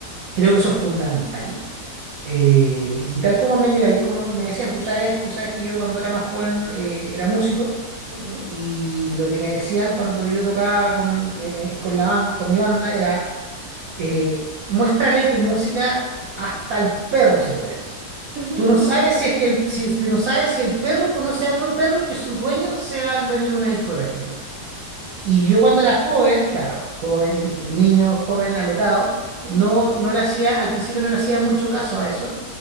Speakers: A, on the right; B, on the right.
A: Creo que eso es fundamental. Eh, y tal como me, mira, y como me decían, tú sabes, tú sabes que yo cuando era más joven eh, era músico
B: Ujú.
A: y lo que me decían cuando yo tocaba con, eh, eh, con la ban- con mi banda era eh, muéstrale tu música hasta el perro si puedes.
B: <laughs>
A: Tú no sabes si es que el, si, si no sabes si el perro conoce a otro perro que su dueño sea el dueño de una discográfica. Y yo cuando era joven, claro, joven, y- y niño, joven, alocado,
B: Ujú,
A: no, no le hacía, al principio no le hacía mucho caso a eso,